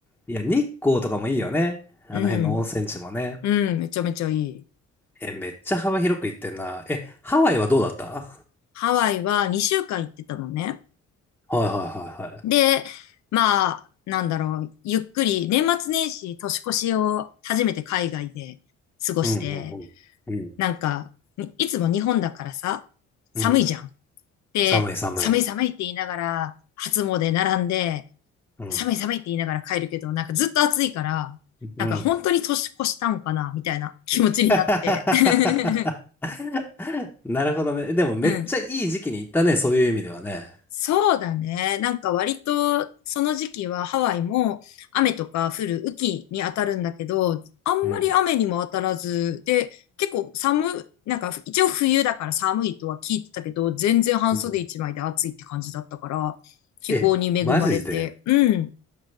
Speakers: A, in the centre; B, on the left.
A: いや、日光とかもいいよね。あの辺の温泉地もね。
B: うん。うん、めちゃめちゃいい。
A: え、めっちゃ幅広く行ってんな。え、ハワイはどうだった
B: ハワイは2週間行ってたのね。
A: はいはいはいはい。
B: で、まあ、なんだろう、ゆっくり、年末年始、年越しを初めて海外で過ごして、
A: うんうんうん。
B: なんか、にいつも日本だからさ、寒いじゃん。
A: うん。うん。
B: で、
A: 寒い寒い。
B: 寒い寒いって言いながら、初詣並んで、
A: うん。
B: 寒い寒いって言いながら帰るけど、なんかずっと暑いから、
A: うん。
B: なんか本当に年越したんかな、みたいな気持ちになって。
A: <laughs>
B: <laughs>
A: なるほどね。でもめっちゃいい時期に行ったね、
B: うん。
A: そういう意味ではね。
B: そうだね。なんか割とその時期はハワイも雨とか降る雨季に当たるんだけど、あんまり雨にも当たらず、
A: うん。
B: で、結構寒、なんか一応冬だから寒いとは聞いてたけど、全然半袖一枚で暑いって感じだったから、
A: うん。
B: 気候に恵まれて、
A: え、マジで。
B: うん。